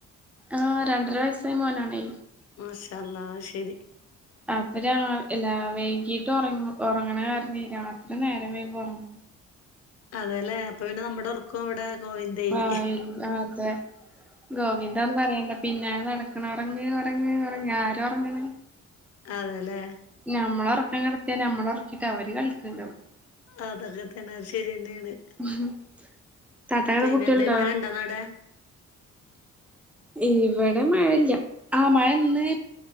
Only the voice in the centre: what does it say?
ആഹ് രണ്ടര വയസ്സായ മോനാണേ.
അപ്പൊ രാ ല്ല വൈകീട്ട് ഉറങ്ങ ഉറങ്ങണ കാരണ രാത്രി നേരം വൈകു ഒറങ്ങ
ആയിൽ അതെ ഗോവിന്ദാന്ന് പറയണ്ട പിന്നാലടക്കണ ഒറങ്ങ് ഒറങ്ങ് ഒറങ്ങ് ആരൊറങ്ങണ്
ഞമ്മളെ ഒറക്കം കെട്ത്തിയ ഞമ്മളെ ഒറക്കിയിട്ട് അവര് കളിക്ക്ണ്ടാവും
<unintelligible>
കുട്ടികളുണ്ടോ
ഇവിടെ മഴല്ല്യആഹ് മഴ ഇന്ന്